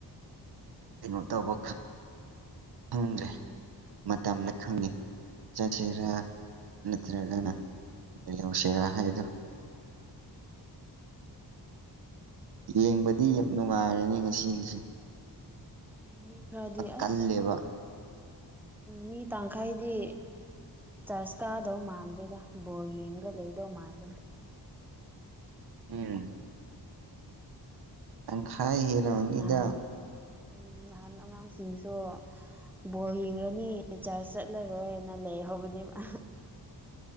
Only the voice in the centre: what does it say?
ꯎꯝ
ꯎꯝ
ꯎꯝ
ꯃꯤ ꯈꯔꯗꯤ
ꯑꯁ ꯃꯤ ꯇꯪꯈꯥꯏꯗꯤ꯫ ꯆ꯭ꯔꯁ ꯀꯥꯗꯧ ꯃꯥꯟꯗ꯭ꯔꯦꯗ ꯕꯣꯜ ꯌꯦꯡꯉꯒ ꯂꯩꯗꯧ ꯃꯥꯜꯂꯦ
ꯅꯍꯥꯟ ꯎꯝ ꯅꯍꯥꯟ ꯑꯉꯥꯡꯁꯤꯡꯁꯨ ꯕꯣꯜ ꯌꯦꯡꯔꯅꯤ ꯆ꯭ꯔꯆ ꯆꯠꯂꯔꯣꯏꯅ ꯂꯩꯍꯧꯕꯅꯦ ꯃꯥ